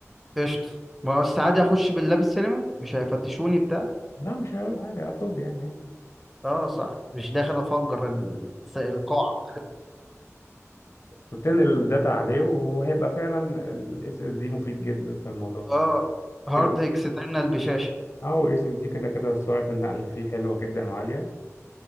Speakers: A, in the centre; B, on the left.
A: قشطه ما هو عادي اخش باللاب السينما مش هيفتشوني بتاع
B: لا مش هيقولوا حاجه لابتوب يعني عادي
A: اه صح مش داخل افجر ال- القاعه
B: وتنقل الداتا عليه وهيبقى فعلا الاس اس دي مفيد جدا في الموضوع ده
A: اه هارد
B: كده
A: اكسترنال بشاشه
B: اه اس اس دي كده كده سرعه النقل اللي فيه حلوه جدا وعاليه